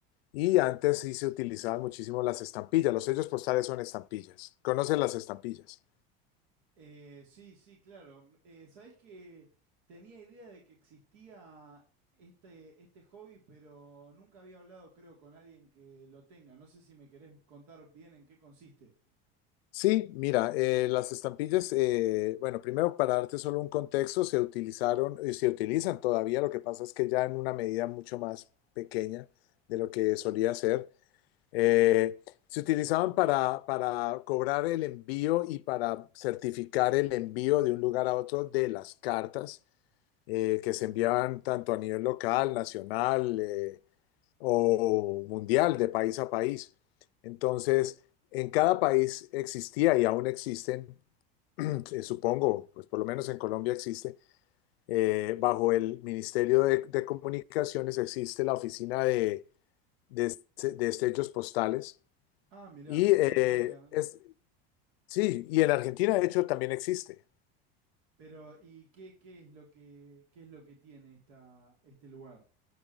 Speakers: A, on the left (about 85°); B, on the right (about 70°).
A: Y antes sí se utilizaban muchísimo las estampillas, los sellos postales son estampillas. ¿Conoces las estampillas?
B: Eh, sí, sí, claro. m- Eh, sabés que tenía idea de que existía este, este hobby, pero nunca había hablado, creo, con alguien que lo tenga. No sé si me querés contar bien en qué consiste.
A: Sí, mira, eh, las estampillas, eh, bueno, primero para darte solo un contexto, se utilizaron y se utilizan todavía, lo que pasa es que ya en una medida mucho más pequeña de lo que solía ser. Eh, se utilizaban para, para cobrar el envío y para certificar el envío de un lugar a otro de las cartas eh, que se enviaban tanto a nivel local, nacional. eh, o mundial de país a país. Entonces, en cada país existía y aún existen, <clears throat> eh, supongo, pues por lo menos en Colombia existe, eh, bajo el Ministerio de, de Comunicaciones existe la oficina de, de, este- de estrellos postales
B: Ah, mirá,
A: y eh,
B: no sabía. no-
A: es, sí, y en Argentina de hecho también existe.
B: Pero, ¿y qué, qué es lo que, qué es lo que tiene esta, este lugar?